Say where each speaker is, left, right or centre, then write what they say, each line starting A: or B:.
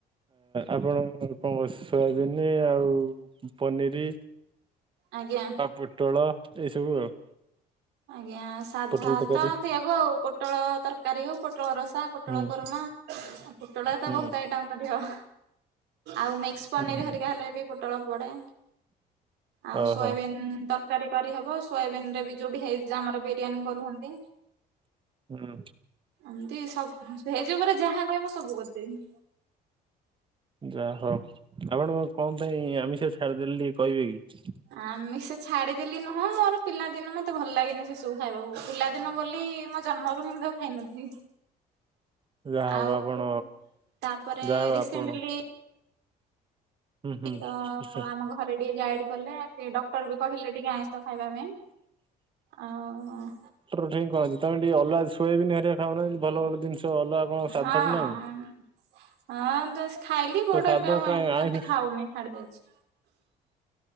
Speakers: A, on the right; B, on the right.
A: ଆପଣ କଣ ସୋୟାବିିନ ଆଉ ପନିରି
B: ଆଜ୍ଞା।
A: ଆଉ ପୋଟଳ ଏଇସବୁ ଆଉ।
B: ଆଜ୍ଞା ସାଧାରେ
A: ପୋଟଳ ତରକାରୀ
B: ତ ସେଇଆକୁ ଆଉ ପୋଟଳ ତରକାରୀ ହଉ, ପୋଟଳ ରସା ପୋଟଳ
A: ହୁଁ
B: କରୋମା, ପୋଟଳ ତ
A: ହୁଁ
B: ବହୁତ ଆଇଟମ୍ କରିହବ। ଆଉମିକ୍ସ ପନିର
A: ହୁଁ ହୁଁ
B: ହରିକା ହେଲେ ବି ପୋଟଳ ପଡେ। ଆଉ
A: ଓହୋ
B: ସୋୟାବିନ୍ ତରକାରୀ କରିହବ। ସୋୟାବିିନ ରେ ବି ଭେଜ୍ ଆମର ବିରିୟାନୀ କରୁହନ୍ତି।
A: ହୁଁ
B: ଏମିତି ସବୁ ଭେଜ୍ ଉପରେ ଯାହା କହିବ ସବୁ କରିଦେବି।
A: ଯା ହଉ। ଆପଣଙ୍କ କଣ ପାଇଁ ଆମିଷ ଛାଡ଼ିଦେଲେ ଟିକେ କହିବେ କି?
B: ଆମିଷ ଛାଡିଦେଲି ନୁହଁ ମୋର ପିଲାଦିନ ମତେ ଭଲ ଲାଗନି ସେ ସବୁ ଖାଇବାକୁ। ପିଲାଦିନ ବୋଲି ମୋ ଜନ୍ମରୁ ହିଁ ତ ଖାଇନଥିଲି।
A: ଯାହା ହଉ
B: ଆଉ
A: ଆପଣ
B: ତାପରେ
A: ଯାହା ହଉ
B: ରିସେଣ୍ଟଲି
A: ଆପଣ ହୁଁ ହୁଁ
B: ତ ଆମ ଘରେ ଟିକେ ଗାଇଡ କଲେ ସେ ଡକ୍ଟର ବି କହିଲେ ଟିକେ ଆଇଁଷ ଖାଇବା ପାଇଁ। ଅହଁ।
A: ରୁଟିନ୍ କଁ ଅଛି ତମେ ଟିକେ ଅଲଗା ସୋୟାବିନ ହେରିକା ଖାଉନା ଭଲ ଦିନ୍ଷ ଅଲଗା କଣ ସାଧାରେ
B: ହଁ
A: ନାହିଁ।
B: ହଁ ହଁ ଦେ ଖାଇଲି ବଟ୍
A: ତ ସାଧା
B: ଏବେ ଆଉ
A: କାଇଁ
B: ଆମିଷ
A: ଆଇଁଷ
B: ସେମ୍ତି ଖାଉନି ଛାଡିଦେଇଛି।